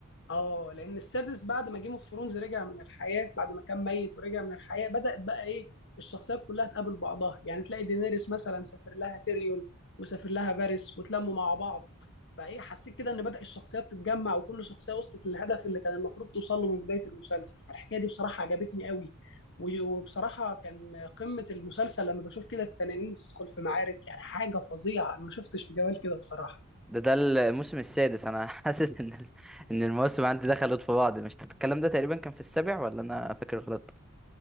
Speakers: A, on the left; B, in the centre.
A: اه لان السادس بعد ما جيم اوف ثرونز رجع من الحياه بعد ما كان ميت ورجع من الحياه بدات بقى ايه الشخصيات كلها تقابل بعضها يعني تلاقي دينيريس مثلا سافر لها تيريون وسافر لها فارس وتلموا مع بعض فايه حسيت كده ان بدا الشخصيات تتجمع وكل شخصيه وصلت للهدف اللي كان المفروض توصل له من بدايه المسلسل فالحكايه دي بصراحه عجبتني قوي و- وبصراحه كان قمه المسلسل لما بشوف كده التنانين بتدخل في معارك يعني حاجه فظيعه انا ما شفتش في جمال كده بصراحه
B: ده ده الموسم السادس انا <laughs> حاسس ان ال- ان المواسم عندي دخلت في بعض مش الكلام ده تقريبا كان في السابع ولا انا فاكر غلط